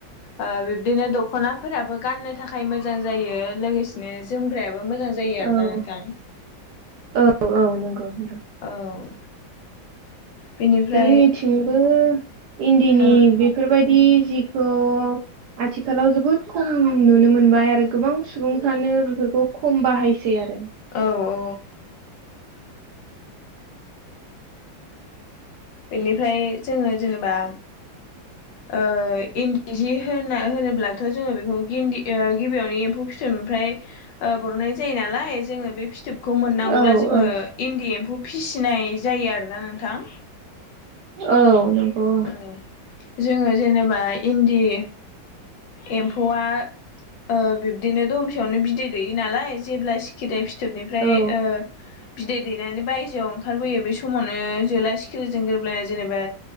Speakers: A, on the left (about 75°); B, on the right (about 70°).
A: ओ बिब्दिनो दख'नाफोराबो गाननो थाखाय मोजां जायो लोगोसे नो जोमग्रायाबो मोजां जायो आरोना
B: औ
A: नोंथां।
B: औ औ नंगौ नोंथां
A: औ बेनिफ्राय
B: जोंनिथिंबो इन्दिनि
A: ओं
B: बेफोरबायदि जिखौ आथिखालाव जोबोद खम नुनो मोनबाय आरो गोबां सुबुंफ्रानो बेफोरखौ खम बाहाय सै आरो
A: औ औ बेनिफ्राय जोंङो जेनेबा
B: <inaudible>
A: ओ इन्दि जि होना होनोब्लाथ' जोंङो बेखौ इन्दि गिबियावनो एम्फौ फिथोबनिफ्राय ओ बर'ननाय जायो नालाय जोङो बे फिथोबखौ मोननांगौब्ला
B: औ
A: जोंङो
B: औ
A: इन्दि एम्फौ फिसिनाय जायो आरोना नोंथां।
B: औ नंगौ औ
A: ओं जोंङो जेनेबा इन्दि एम्फौआ ओ बिब्दिनो दमसेयावनो बिदै दैयो नालाय जेब्ला खिदे फिथोबनिफ्राय
B: औ
A: ओ बिदै दैनानै बायजोआव ओंखारबोयो बे समावनो जोला सिखिरिजों गोरोबलायना जेनेबा